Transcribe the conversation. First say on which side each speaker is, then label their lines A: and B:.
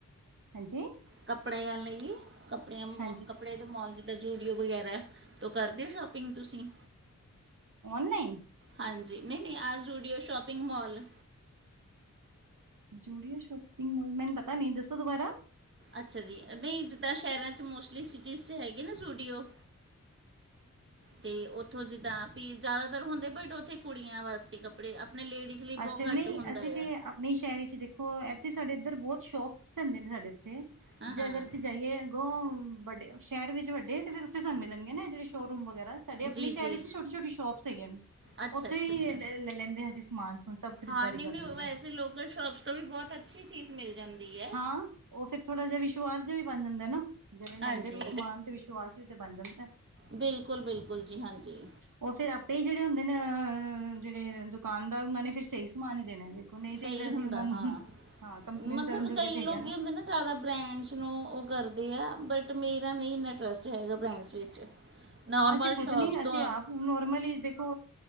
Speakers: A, on the right; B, on the right.
A: ਹਾਂਜੀ।
B: ਕੱਪੜਿਆ ਲਈ। ਕੱਪੜਿਆ ਮੋ
A: ਹਾਂਜੀ
B: ਕੱਪੜੇ ਦੇ ਮੋਲ। ਜਿੱਦਾਂ ਯੂਡੀਓ ਵਗੈਰਾ, ਤਾਂ ਉਹ ਕਰਦੇ ਓ ਸ਼ੋਪਿੰਗ ਤੁਸੀਂ?
A: ਔਨਲਾਈਨ
B: ਹਾਂਜੀ। ਨਹੀਂ- ਨਹੀਂ, ਆਹ Zudio shopping mall.
A: Zudio shopping mall. ਮੈਨੂੰ ਪਤਾ ਨੀ, ਦੱਸੋ ਦੁਬਾਰਾ।
B: ਅੱਛਾ ਜੀ, ਨਹੀਂ ਜਿੱਦਾਂ, ਸ਼ਹਿਰਾਂ ਚ ਮੋਸਟਲੀ, ਸਿਟੀਜ਼ ਚ ਹੈਗੇ, ਨਾ ਜੂਡੀਓ। ਤੇ ਉੱਥੋਂ ਜਿੱਦਾਂ, ਵੀ ਜ਼ਿਆਦਾਤਰ ਹੁੰਦੇ ਬਟ, ਉੱਥੇ ਕੁੜੀਆਂ ਵਾਸਤੇ ਕੱਪੜੇ। ਆਪਣਾ ਲੇਡੀਜ਼ ਲਈ, ਬਹੁਤ
A: ਅੱਛਾ
B: ਘੱਟ ਹੁੰਦਾ
A: ਅਸੀਂ ਤੇ
B: ਆ।
A: ਨਹੀਂ, ਸ਼ਹਿਰ ਚ ਦੇਖੋ। ਇੱਥੇ ਸਾਡੇ ਇੱਧਰ ਬਹੁਤ ਸ਼ੋਪਸ ਹੁੰਦੇ ਨੇ। ਸਾਡੇ ਇੱਥੇ
B: ਹਾਂ
A: ਜੇ,
B: ਹਾਂ
A: ਅਗਰ ਅਸੀਂ ਜਾਈਏ ਅੱਗੇ। ਵੱਡੇ ਸ਼ਹਿਰ ਵਿੱਚ, ਵੱਡੇ ਤੇ ਫੇਰ ਉੱਥੇ ਸਾਨੂੰ ਮਿਲਣਗੇ ਨਾ। ਜਿਹੜੇ ਸ਼ੋਅਰੂਮ ਵਗੈਰਾ। ਸਾਡੇ ਆਪਣੇ
B: ਜੀ ਜੀ
A: ਸ਼ਹਿਰ ਵਿੱਚ, ਛੋਟੀ- ਛੋਟੀ, ਸ਼ੋਪਸ ਹੈਗੀਆਂ ਨੇ।
B: ਅੱਛਾ
A: ਉੱਥੇ
B: ਅੱਛਾ
A: ਹੀ
B: ਅੱਛਾ
A: ਲੈ ਲੈਂਦੇ, ਅਸੀਂ ਸਮਾਨ। ਸਮੂਨ ਸਭ ਖਰੀਦਦਾਰੀ
B: ਹਾਂ, ਨਹੀਂ-
A: ਕਰ
B: ਨਹੀਂ,
A: ਲੈਂਦੇ
B: ਵੈਸੇ
A: ਹਾਂ
B: ਲੋਕਲ ਸ਼ੋਪਸ ਤੋਂ ਵੀ, ਬਹੁਤ ਅੱਛੀ ਚੀਜ਼, ਮਿਲ ਜਾਂਦੀ ਹੈ।
A: ਹਾਂ ਉਹ ਫੇਰ ਥੋੜਾ, ਜਿਹਾ ਵਿਸ਼ਵਾਸ, ਜਿਹਾ ਵੀ ਬਣ ਜਾਂਦਾ ਨਾ। ਜਿਵੇਂ ਲੈਂਦੇ
B: ਹਾਂਜੀ
A: ਰਹੋ ਸਮਾਨ। ਤੇ ਵਿਸ਼ਵਾਸ ਵੀ ਤੇ ਬਣ ਜਾਂਦਾ।
B: ਬਿਲਕੁਲ- ਬਿਲਕੁਲ ਜੀ ਹਾਂਜੀ।
A: ਉਹ ਫੇਰ ਆਪੇ ਹੀ, ਜਿਹੜੇ ਹੁੰਦੇ ਨੇ। ਅ ਜਿਹੜੇ ਦੁਕਾਨਦਾਰ। ਉਹਨਾਂ ਨੇ ਫੇਰ, ਸਹੀ ਸਮਾਨ ਹੀ ਦੇਣਾ। ਦੇਖੋ ਨਹੀਂ
B: ਸਹੀ
A: ਤੇ, ਫੇਰ ਅਸੀਂ
B: ਹੁੰਦਾ
A: ਉਹ ਨੂੰ,
B: ਹਾਂ।
A: ਮਾਂ, ਕੰਪਲੇਨ
B: ਮਤਲਬ
A: ਕਰਨ ਜੋਗੇ,
B: ਕਈ
A: ਤੇ ਹੈਗੇ
B: ਲੋਕੀ
A: ਹਾਂ ਨਾ।
B: ਹੁੰਦੇ ਜ਼ਿਆਦਾ ਬ੍ਰੈਂਡਸ, ਨੂੰ ਉਹ ਕਰਦੇ ਆ। ਬਟ ਮੇਰਾ ਨਹੀਂ ਇੰਨਟਰਸਟ ਹੈਗਾ। ਬ੍ਰੈਂਡਸ ਵਿੱਚ। ਨੋਰਮਲ
A: ਅਸੀਂ ਖੁੱਦ
B: ਸ਼ੋਪਸ
A: ਨੀ, ਅਸੀਂ
B: ਤੋਂ
A: ਆਪ ਨੋਰਮਲੀ ਹੀ ਦੇਖੋ।